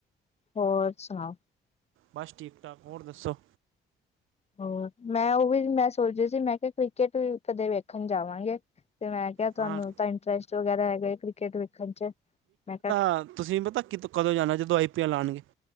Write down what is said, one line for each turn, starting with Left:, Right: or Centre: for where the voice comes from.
Left: ਹੋਰ ਸੁਣਾਓ?
Right: ਬਸ ਠੀਕ-ਠਾਕ, ਹੋਰ ਦੱਸੋ?
Left: ਹੋਰ, ਮੈਂ ਓਹੀ ਮੈਂ ਸੋਚਦੀ ਸੀ ਮੈਂ ਕਿਹਾ ਕ੍ਰਿਕਟ ਵੀ ਕਦੇ ਵੇਖਣ ਜਾਵਾਂਗੇ ਤੇ ਮੈਂ ਤੁਹਾਨੂੰ
Right: ਹਾਂ
Left: ਤਾਂ ਇੰਟਰਸਟ ਵਗੈਰਾ ਹੈਗਾ ਕ੍ਰਿਕਟ ਵੇਖਣ ਚ, ਮੈਂ ਕਾ
Right: ਹਾਂ, ਤੁਸੀਂ ਪਤਾ ਕਿ ਕਦੋਂ ਜਾਣਾ, ਜਦੋ ਆਈ ਪੀ ਐਲ ਆਣਗੇ।